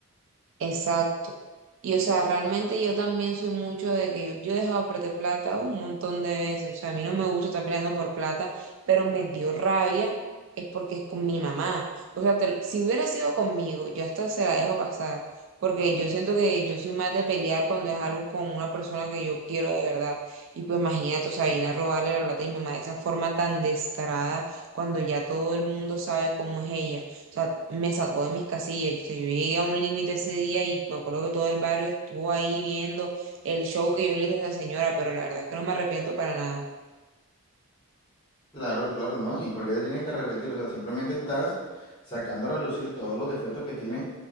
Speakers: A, on the right; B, on the left.
A: Exacto. Y o sea, realmente yo también soy mucho de que yo, yo he dejado perder plata un montón de veces. O sea, a mí no me gusta estar peleando por plata, pero me dio rabia es porque es con mi mamá. O sea, te- si hubiera sido conmigo, yo hasta se la dejo pasar, porque yo siento que yo soy más de pelear cuando es algo con una persona que yo quiero de verdad. Y pues imagínate, o sea, viene a robarle la plata a mi mamá de esa forma tan descarada cuando ya todo el mundo sabe cómo es ella. O sea, me sacó de mis casillas. O sea, yo llegué a un límite ese día y me acuerdo que todo el barrio estuvo ahí viendo el show que yo le hice a esa señora, pero la verdad es que no me arrepiento para nada.
B: Claro, claro, ¿no? ¿Y por qué te tienes que arrepentir? O sea, simplemente estás sacando a relucir todos los defectos que tiene